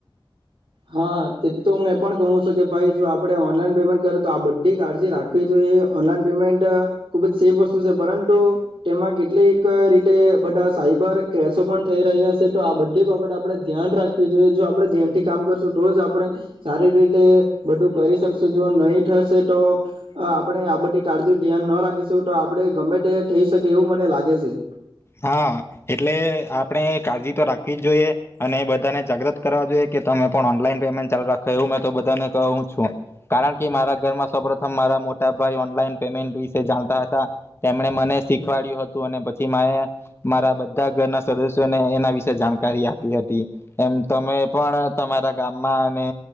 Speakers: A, on the right; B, on the left.
A: હા, તો મેં પણ કહું છું કે ભાઈ, જો આપણે ઓનલાઈન પેમેન્ટ કર્યું તો આ બધી કાળજી રાખવી જોઈએ. ઓનલાઈન પેમેન્ટ ખુબ જ સેફ વસ્તુ છે, પરંતુ તેમાં કેટલીક રીતે બધા સાઈબર ક્રાઇમ પણ થઈ રહ્યા છે, તો આ બધી બાબત આપણે ધ્યાન રાખવી જોઈએ. જો આપણે ધ્યાન થી કામ કરશું તો જ આપણે સારી રીતે બધું કરી શકશું. જો નહીં થશે તો આપણે આ બધી કાળજી ધ્યાન ના રાખીશું, તો આપણે ગમે તે થઈ શકે એવું મને લાગે છે.
B: હા, એટલે આપણે કાળજી તો રાખવી જ જોઈએ અને બધાને જાગ્રત કરવા જોઈએ કે તમે પણ ઓનલાઈન પેમેન્ટ ચાલુ રાખો એવું મેં તો બધાને કહું છું. કારણ કે મારા ઘરમાં સૌ પ્રથમ મારા મોટા ભાઈ ઓનલાઈન પેમેન્ટ વિશે જાણતા હતા. તેમણે મને શીખવાડ્યું હતું અને પછી મા મારા બધા ઘરના સદસ્યોને એના વિશે જાણકારી આપી હતી. એમ તમે પણ તમારા ગામમાં અને